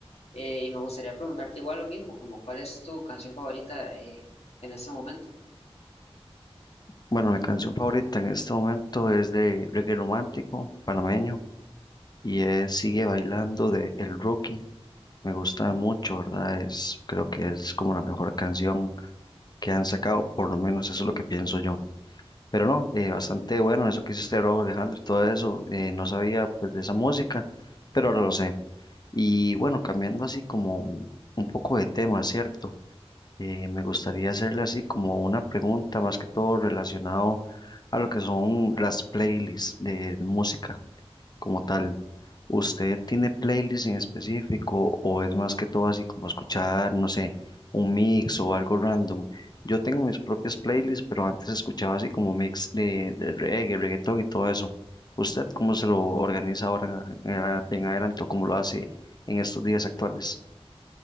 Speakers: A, on the left (about 75°); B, on the left (about 40°).
A: Eh, y me gustaría preguntarte igual lo mismo, como cuál es tu canción favorita eh, en este momento.
B: Bueno, mi canción favorita en este momento es de reggae romántico panameño y es Sigue Bailando de El Rookie. Me gusta mucho, ¿verdad? Es, creo que es como la mejor canción que han sacado, por lo menos eso es lo que pienso yo. Pero no, eh, bastante bueno eso que hizo este Robo Alejandro, y todo eso. eh, no sabía pues de esa música, pero ahora lo sé. Y bueno, cambiando así como un poco de tema, ¿cierto? Eh, me gustaría hacerle así como una pregunta más que todo relacionado a lo que son las playlists de música como tal. ¿Usted tiene playlists en específico o es más que todo así como escuchar, no sé, un mix o algo random? Yo tengo mis propias playlists, pero antes escuchaba así como mix de, de reggae, reggaetón y todo eso. ¿Usted cómo se lo organiza ahora en, en en adelante o cómo lo hace en estos días actuales?